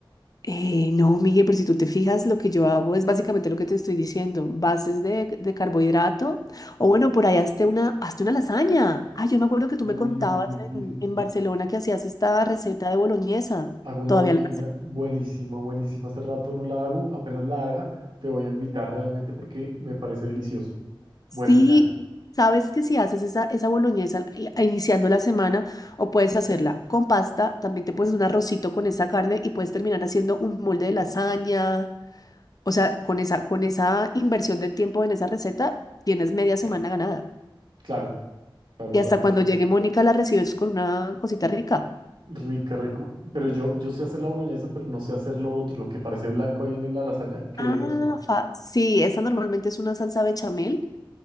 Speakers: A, on the left (about 45°); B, on the right (about 65°).
A: eh, no, Miguel, pero si tú te fijas, lo que yo hago es básicamente lo que te estoy diciendo, bases de, de carbohidrato, o bueno, por ahí hazte una, hazte una lasaña. Ah, yo me acuerdo que tú
B: Uy,
A: me contabas
B: riquísimo.
A: en, en Barcelona que hacías esta receta de boloñesa.
B: Hago una
A: ¿Todavía
B: boloseña
A: la haces?
B: buenísima, buenísima. Hace rato no la hago, apenas la haga, te voy a invitar realmente porque me parece delicioso.
A: Sí,
B: Buena idea.
A: sabes que si haces esa, esa boloñesa i- iniciando la semana, o puedes hacerla con pasta, también te puedes un arrocito con esa carne y puedes terminar haciendo un molde de lasaña. O sea, con esa, con esa inversión de tiempo en esa receta, tienes media semana ganada.
B: Claro, claro,
A: Y
B: claro,
A: hasta cuando
B: claro.
A: llegue Mónica la recibes con una cosita rica.
B: Rica, rico. Pero yo, yo sé hacer la boloñesa, pero no sé hacer lo otro, lo que parece blanco ahí en la lasaña. ¿Qué
A: Ah,
B: es eso?
A: fa- sí, esa normalmente es una salsa bechamel.